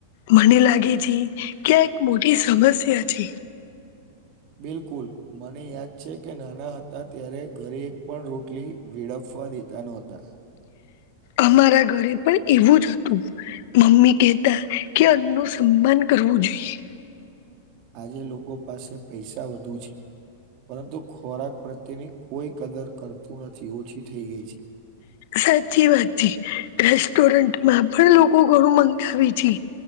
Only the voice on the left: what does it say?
મને લાગે છે કે્યા એક મોટી સમસ્યા છે.
અમારા ઘરે પણ એવું જ હતું. મમ્મી કહતા કે અનનું સન્માન કરવું જોઈએ.
સાચી વાત છે રેસ્ટોરન્ટમાં પણ લોકો ઘણું મંગાવી છે.